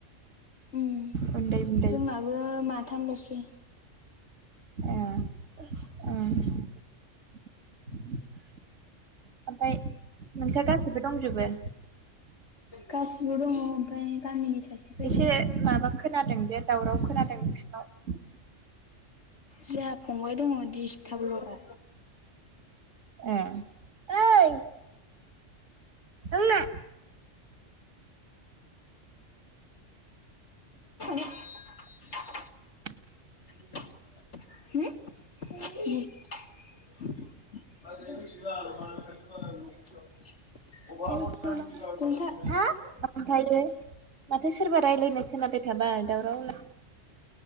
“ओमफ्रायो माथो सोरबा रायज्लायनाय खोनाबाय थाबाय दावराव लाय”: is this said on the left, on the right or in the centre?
Right